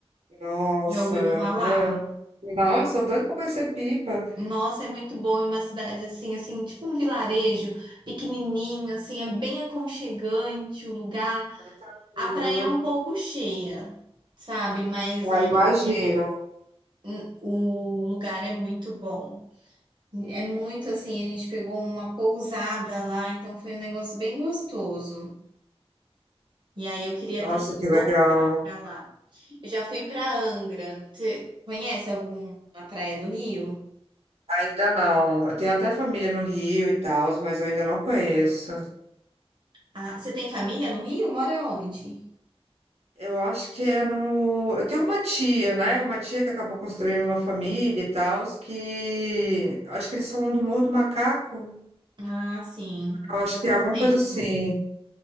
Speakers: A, on the right; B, on the right.
A: Nossa.
B: Já ouviu falar?
A: ah. Não, eu sou doida para conhecer Pipa.
B: Nossa, é muito bom, é uma cidade assim, assim, tipo um vilarejo pequenininho, assim, é bem aconchegante o lugar.
A: Mais tranquilo.
B: A praia é um pouco cheia, sabe? Mas
A: Ah,
B: é,
A: imagino.
B: é- n- o lugar é muito bom. É muito assim, a gente pegou uma pousada lá, então foi um negócio bem gostoso. E aí eu queria
A: Nossa,
B: também
A: que legal.
B: voltar pra lá. Eu já fui pra Angra. Você conhece alguma praia do Rio?
A: Ainda não. Eu tenho até família no Rio e tal, mas eu ainda não conheço.
B: Ah, você tem família no Rio? Mora onde?
A: Eu acho que é no. Eu tenho uma tia, né? Uma tia que acabou construindo uma família e tal, que. Acho que eles são do Morro do Macaco.
B: Ah, sim.
A: Eu acho
B: Lá
A: que
B: No
A: é alguma
B: centro,
A: coisa assim.